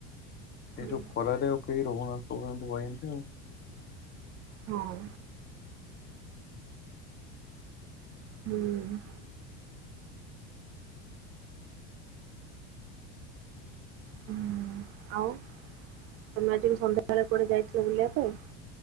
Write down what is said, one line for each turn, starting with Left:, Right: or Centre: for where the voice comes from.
Right: ହୁଁ
Left: ଏ ଯଉ ଖରାରେ ଆଉ କେହି ରହୁନାହାଁନ୍ତି <inaudible> ହଁ,
Right: ହଁ, ହୁଁ,
Left: ହୁଁ,
Right: ହୁଁ ଆଉ ତମେ ଆଜି ସନ୍ଧ୍ୟାବେଳେ କୁଆଡେ ଯାଇଥିଲ ବୁଲିବା ପାଇଁ?